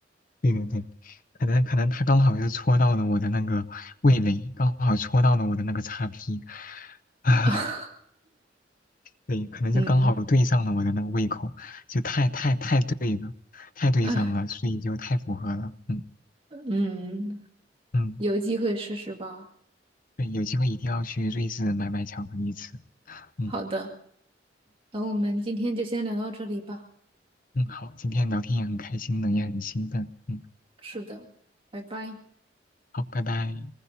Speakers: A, on the left; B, on the right.
A: 对对对，可能可能它刚好就戳到了我的那个味蕾，刚好戳到了我的那个叉 P，<laughs> 啊，
B: <laughs>
A: 对，可能就刚好对上了我的那个胃口，
B: 嗯
A: 就太太太对了，太对上了，
B: 啊
A: 所以就太符合了。嗯
B: 嗯，
A: 嗯，
B: 有机会试试吧。
A: 对，有机会一定要去瑞士买买巧克力吃。嗯。
B: 好的，
A: 嗯
B: 那我们今天就先聊到这里吧。
A: 嗯，好，今天聊天也很开心呢，也很兴奋。嗯，
B: 是的，拜拜。
A: 好，拜拜。